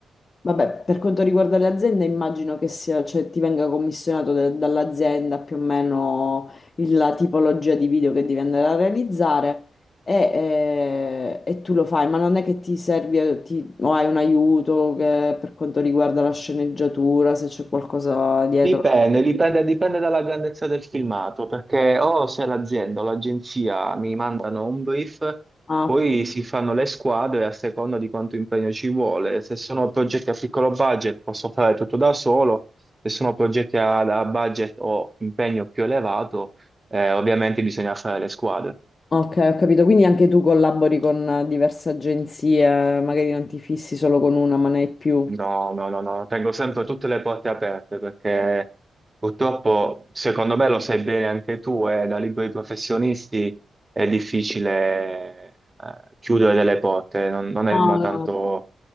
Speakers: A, on the left; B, on the right.
A: vabbè, per quanto riguarda le aziende, immagino che sia, cioè, ti venga commissionato de- dall'azienda più o meno il- la tipologia di video che devi andare a realizzare e, eh, e tu lo fai, ma non è che ti servi eh, ti- o hai un aiuto che- per quanto riguarda la sceneggiatura, se c'è qualcosa dietro.
B: Dipende, dipende, dipende dalla grandezza del filmato, perché o se l'azienda o l'agenzia mi mandano un brief,
A: Ah,
B: poi
A: ok.
B: si fanno le squadre a seconda di quanto impegno ci vuole. Se sono progetti a piccolo budget posso fare tutto da solo, se sono progetti a, a budget o impegno più elevato, eh, ovviamente bisogna fare le squadre.
A: Ok, ho capito. Quindi anche tu collabori con eh, diverse agenzie, magari non ti fissi solo con una, ma ne hai più.
B: No, no, no, no, tengo sempre tutte le porte aperte perché purtroppo, secondo me lo sai bene anche tu, eh, da liberi professionisti è difficile eh, chiudere delle porte, non, non
A: Ah,
B: è ma
A: no.
B: tanto,